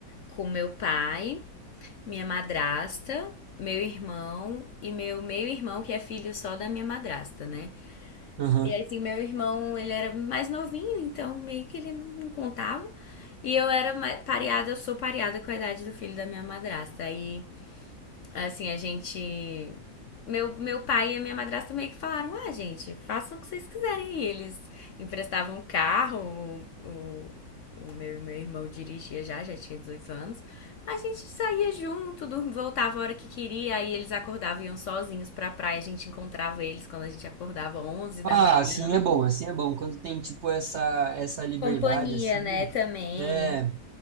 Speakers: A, on the left; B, on the right.
A: com meu pai, minha madrasta, meu irmão e meu meio-irmão, que é filho só da minha madrasta, né?
B: Aham.
A: E assim, meu irmão, ele era mais novinho, então meio que ele não contava. E eu era ma- pareada, eu sou pareada com a idade do filho da minha madrasta. Aí, assim, a gente. Meu, meu pai e a minha madrasta meio que falaram: ah, gente, façam o que vocês quiserem. E eles emprestavam o carro, o, o- o meu, meu irmão dirigia já, já tinha 18 anos. A gente saía junto, dur- voltava a hora que queria, aí eles acordavam e iam sozinhos pra praia. A gente encontrava eles quando a gente acordava 11 da
B: Ah,
A: manhã.
B: assim é bom, assim é bom. Quando tem tipo essa essa liberdade
A: Companhia,
B: assim,
A: né, também.
B: é